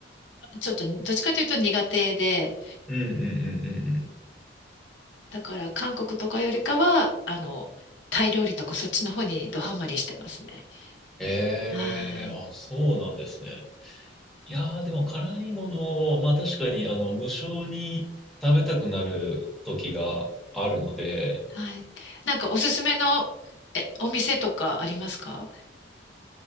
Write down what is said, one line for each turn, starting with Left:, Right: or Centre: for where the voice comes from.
Left: ちょっとどっちかというと苦手で、
Centre: うんうんうんうんうん。
Left: だから韓国とかよりかは、あの、タイ料理とかそっちの方にドハマりしてますね。
Centre: ええあ、
Left: はい。
Centre: そうなんですね。いやー、でも辛いものを、まあ確かに、あの、無性に食べたくなる時があるので、
Left: はい。なんかおすすめの、え、お店とかありますか